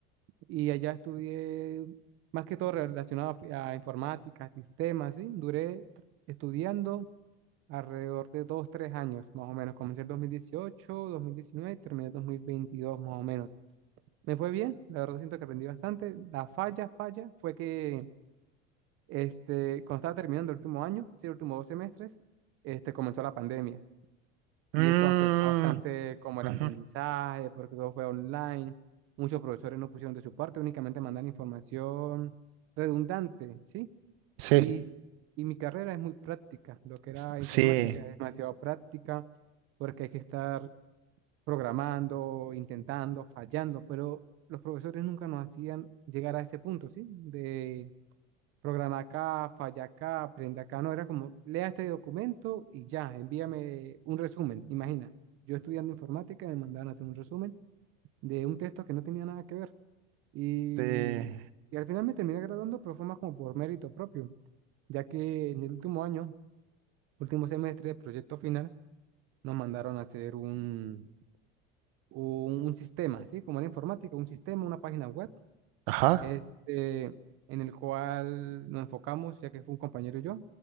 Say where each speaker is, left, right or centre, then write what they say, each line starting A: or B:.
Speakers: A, on the right; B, on the right.
A: Y allá estudié más que todo relacionado a, fi- a informática, sistemas, sí. Duré tr- estudiando alrededor de dos, tres años, más o menos. Comencé en 2018, 2019 y terminé en 2022, más o menos. Me fue bien, la verdad siento que aprendí bastante. La falla, falla, fue que este, cuando estaba terminando el último año, sí, el último dos semestres, este, comenzó la pandemia
B: Mm,
A: y eso afectó bastante como el
B: ujú.
A: aprendizaje, porque todo fue online, muchos profesores no pusieron de su parte, únicamente mandan información redundante, ¿sí?
B: Sí,
A: Y, s- y mi carrera es muy práctica, lo que era
B: s-
A: informática
B: sí,
A: es demasiado práctica, porque hay que estar programando, intentando, fallando, pero los profesores nunca nos hacían llegar a ese punto, ¿sí? De programa acá, falla acá, aprende acá, no, era como, lea este documento y ya, envíame un resumen, imagina, yo estudiando informática me mandaban a hacer un resumen de un texto que no tenía nada que ver y,
B: sí.
A: y al final me terminé graduando, pero fue más como por mérito propio, ya que en el último año, último semestre del proyecto final, nos mandaron a hacer un un un sistema, ¿sí? Como en informática, un sistema, una página web,
B: Ajá,
A: este, en el cual nos enfocamos, ya que fue un compañero y yo,